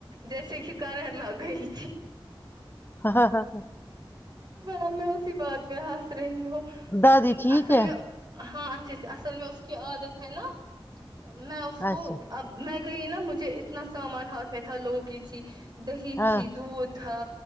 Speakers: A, on the right; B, on the left.
A: جیسے شکار ہیں لگ گئی
B: ہاں ہاں ہاں ہاں
A: ہاں میں اسی بات میں حس رہیوں
B: دادی ٹھیک
A: اصل
B: ہے
A: میں ہاں اصل میں اس کی عادت ہے نا میں اس کو
B: اچھا
A: اب میں نا مجھے اتنا سامان ہاتھ میں تھا لوگ کی تھی دہی
B: ہاں
A: تھی دود تھا